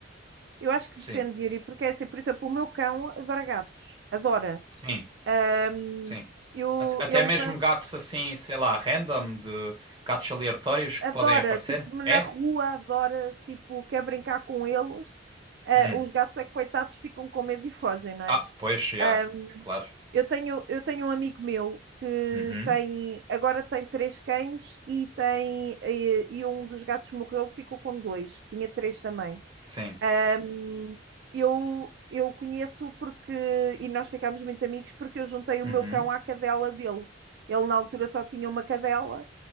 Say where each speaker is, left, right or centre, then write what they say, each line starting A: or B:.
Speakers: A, on the right; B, on the right.
A: Eu acho que
B: Sim,
A: depende, Yuri, porque é assim, por exemplo, o meu cão adora gatos, adora.
B: sim,
A: Ahm,
B: sim.
A: eu,
B: At- Até
A: ele
B: mesmo
A: já se-
B: gatos assim, sei lá, random, de gatos aleatórios que
A: adora,
B: podem aparecer.
A: tipo, na
B: É?
A: rua, adora, tipo, quer brincar com eles. Ah,
B: Hum.
A: os gatos é que, coitados, ficam com medo e fogem, não é?
B: Ah, pois, já,
A: Ahm,
B: claro.
A: eu tenho, eu tenho um amigo meu que
B: Uhum.
A: tem, agora tem três cães e tem, eh, e um dos gatos morreu, ficou com dois, tinha três também.
B: Sim.
A: Ahm, eu, eu conheço porque, e nós ficámos muito amigos porque eu juntei o
B: Uhum.
A: meu cão à cadela dele. Ele na altura só tinha uma cadela,